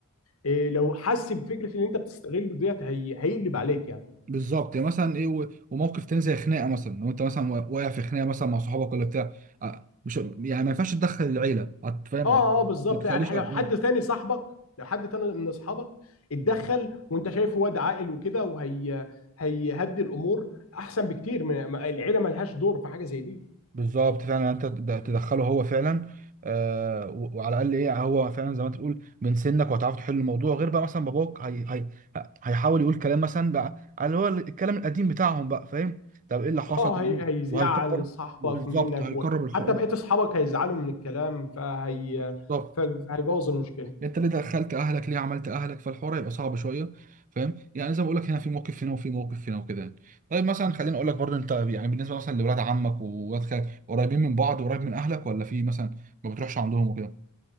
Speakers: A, on the left (about 80°); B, on the right (about 35°).
A: إيه لو حس بفكره ان انت بتستغله ديت هي... هيقلب عليك يعني
B: بالظبط يعني مثلا ايه و- وموقف تاني زي خناقه مثلا لو انت مثلا وا- واقع في خناقه مثلا مع صحابك ولا بتاع اه، مش يعني ما ينفعش تدخل العيله هت- فاهم
A: اه اه بالظبط
B: ما تخليش
A: يعني
B: اه،
A: لو حد تاني صاحبك لو حد تاني من اصحابك اتدخل وانت شايفه واد عاقل وكده وهي هيهدي الامور احسن بكتير من ما- العيله ملهاش دور في حاجه زي دي
B: بالظبط فعلا يعني انت تد- تدخله هو فعلا آه و- وعلى الاقل ايه هو فعلا زي ما انت بتقول من سنك وهتعرف تحل الموضوع غير بقى مثلا باباك هي هي ه- هيحاول يقول كلام مثلا بقى على هو الكلام القديم بتاعهم بقى فاهم طب ايه اللي حصل
A: اه
B: طب
A: هي...
B: إيه؟
A: هيزعل
B: وهيكرر
A: صاحبك
B: بالظبط
A: منك
B: هيكرر
A: وحتى
B: الحقوق
A: بقيت اصحابك هيزعلوا من الكلام فهي
B: بالظبط
A: فهيبوظ المشكله
B: انت ليه دخلت اهلك ليه عملت اهلك فالحوار هيبقى صعب شويه فاهم يعني زي ما بقول لك هنا في موقف هنا وفي موقف هنا وكده يعني طيب مثلا خليني اقول لك برضه انت يعني بالنسبه مثلا لولاد عمك وولاد خالك قريبين من بعض وقريب من اهلك ولا في مثلا ما بتروحش عندهم وكده